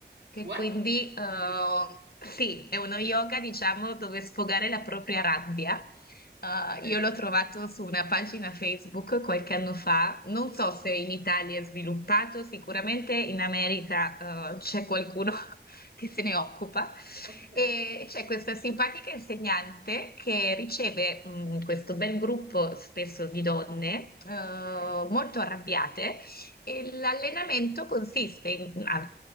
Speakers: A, on the left; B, on the right.
A: che
B: what?
A: quindi eh, sì, è uno yoga, diciamo, dove sfogare la propria rabbia. Eh,
B: Ok,
A: io l'ho trovato su una pagina Facebook qualche anno fa, non so se in Italia è sviluppato, sicuramente in America eh, c'è qualcuno che se ne occupa.
B: ok,
A: E c'è questa simpatica insegnante che riceve mm, questo bel gruppo, spesso di donne, eh,
B: ok.
A: molto arrabbiate, e l'allenamento consiste in a